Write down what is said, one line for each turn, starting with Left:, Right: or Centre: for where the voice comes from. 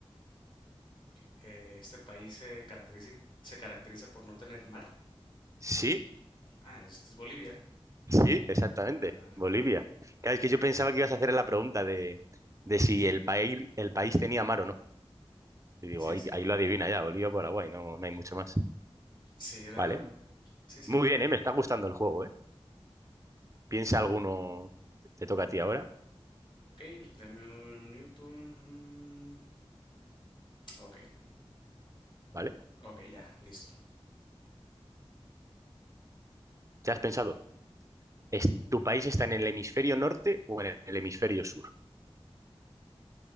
Left: ok. Eh, este país se caracteriza, se caracteriza por no tener mar.
Right: Sí,
Left: Ah, esto es Bolivia.
Right: sí, exactamente.
Left: Ah,
Right: Bolivia.
Left: ya.
Right: Claro, es que yo pensaba que ibas a hacer la pregunta de, de si el país, el país tenía mar o no. Y digo,
Left: Sí,
Right: ahí,
Left: sí.
Right: ahí lo adivina ya, Bolivia, Paraguay, no, no hay mucho más.
Left: Sí, era...
Right: Vale.
Left: Sí, sí.
Right: Muy bien, ¿eh? Me está gustando el juego, ¿eh? Piensa alguno. Te te toca a ti ahora,
Left: Ok, dame un minuto. Mm, Ok,
Right: ¿vale?
Left: ok, ya, listo.
Right: ¿Ya has pensado? ¿Es, ¿Tu país está en el hemisferio norte o en el hemisferio sur?